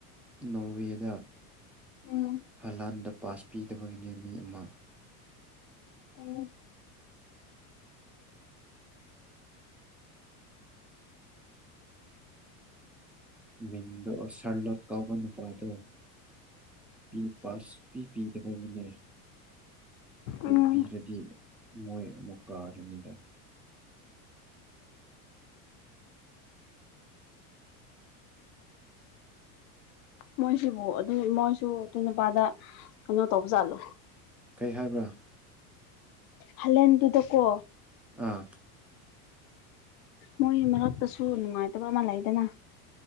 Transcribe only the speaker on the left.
ꯎꯝ
ꯑꫭ
ꯎꯝ
ꯃꯣꯏꯁꯤꯕꯨ ꯑꯗꯨ ꯃꯣꯏꯁꯨ ꯑꯗꯨ ꯅꯨꯄꯥꯗ ꯀꯩꯅꯣ ꯇꯧꯕꯖꯥꯠꯂꯣ
ꯍꯂꯦꯟꯗꯨꯗꯀꯣ
ꯃꯣꯏ ꯃꯔꯛꯇꯁꯨ ꯅꯨꯡꯉꯥꯏꯇꯕ ꯑꯃ ꯂꯩꯗꯅ